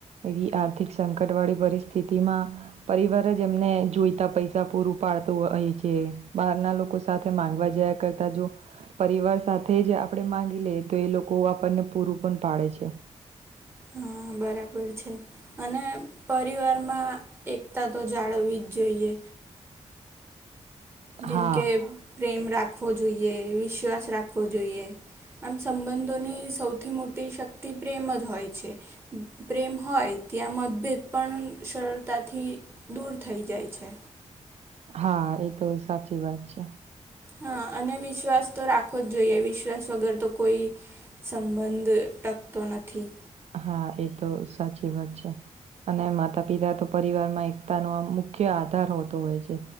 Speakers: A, on the right; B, on the right.
A: એવી આર્થિક સંકટ વાળી પરિસ્થિતિમાં પરિવાર જ એમને જોઈતા પૈસા પૂરું પાડતું હોય છે બહાર ના લોકો સાથે માંગવા જયા કરતા જો પરિવાર સાથે જ આપણે માંગી લેએ તો એ લોકો આપણને પૂરું પણ પાડે છે,
B: હા બરાબર છે, અને પરિવારમાં એકતા તો જાળવવી જ જોઈએ જેમ
A: હા
B: કે પ્રેમ રાખવો જોઈએ વિશ્વાસ રાખવો જોઈએ આમ સંબંધોની સૌથી મોટી શક્તિ પ્રેમ જ હોય છે, પ્રેમ હોય ત્યાં મતભેદ પણ સરળતાથી દૂર થઈ જાય છે.
A: હા એ તો સાચી વાત છે.
B: હા અને વિશ્વાસ તો રાખવો જ જોઈએ વિશ્વાસ વગર તો કોઈ, સંબંધ ટકતો નથી.
A: હા એ તો સાચી વાત છે. અને માતા પિતા તો પરિવારમાં એકતાનો આ મુખ્ય આધાર હોતો હોય છે.